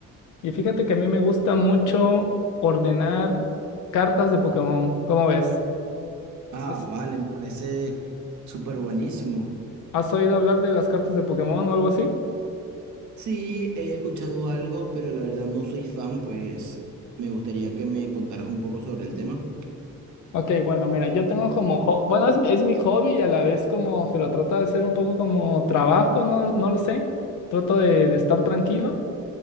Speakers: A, on the left; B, on the right.
A: y fíjate que a mí me gusta mucho ordenar cartas de Pokémon, ¿cómo ves?
B: Ah,
A: ¿Has,
B: vale, me parece súper buenísimo.
A: has oído hablar de las cartas de Pokémon o algo así?
B: Sí, he escuchado algo, pero la verdad no soy fan, pues me gustaría que me contaras un poco sobre el tema.
A: Ok, bueno, mira, yo tengo como, ho- bueno, es, es mi hobby y a la vez como que lo trato de hacer un poco como trabajo, no, no lo sé, trato de, de estar tranquilo.